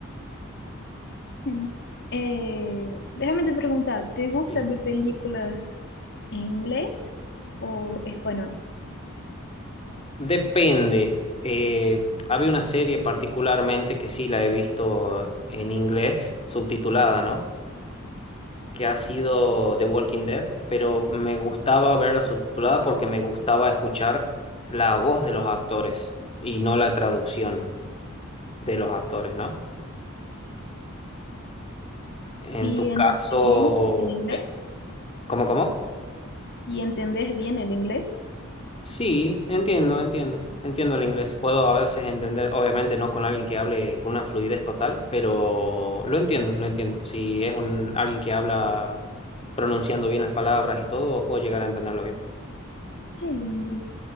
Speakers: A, on the left; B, on the left.
A: Mm. Eh, déjame te preguntar, ¿te gustan
B: Sí.
A: ver películas en inglés o español?
B: Depende. Eh, había una serie particularmente que sí la he visto en inglés, subtitulada, ¿no? que ha sido The Walking Dead, pero me gustaba verla subtitulada porque me gustaba escuchar la voz de los actores y no la traducción de los actores, ¿no? En
A: ¿Y
B: tu
A: entendés
B: caso,
A: bien el inglés?
B: eh, ¿cómo, cómo?
A: ¿Y entendés bien el inglés?
B: Sí, entiendo, entiendo. Entiendo el inglés. Puedo a veces entender, obviamente no con alguien que hable con una fluidez total, pero lo entiendo, lo entiendo. Si es un, alguien que habla pronunciando bien las palabras y todo, puedo llegar a entenderlo bien.
A: Qué lindo.